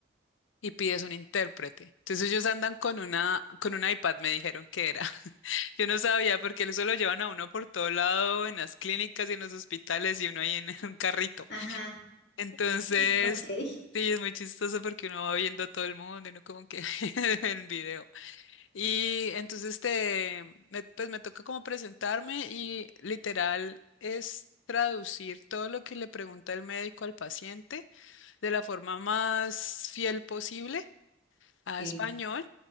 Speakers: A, on the left (about 80°); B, on the left (about 60°).
A: y pides un intérprete. Entonces ellos andan con una, con un iPad, me dijeron que era. <laughs> Yo no sabía porque eso lo llevan a uno por todo lado, en las clínicas y en los hospitales y uno ahí en <laughs> un carrito.
B: Ajá,
A: Entonces,
B: ok.
A: sí, es muy chistoso porque uno va viendo a todo el mundo y uno como que <laughs> en video. Y entonces te, me- pues me toca como presentarme y literal es traducir todo lo que le pregunta el médico al paciente de la forma más fiel posible a
B: Sí.
A: español